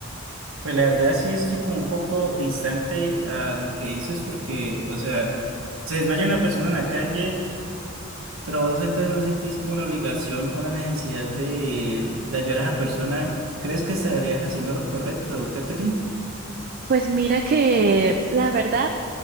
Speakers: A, on the right; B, on the right.
A: Pues la verdad sí estoy como un poco distante a lo que dices porque, o sea, se desmaya una persona en la calle, pero vos entonces no sentís como la obligación o la necesidad de, de ayudar a esa persona. ¿Crees que estarías haciendo lo correcto, Catherine?
B: Pues mira que la verdad.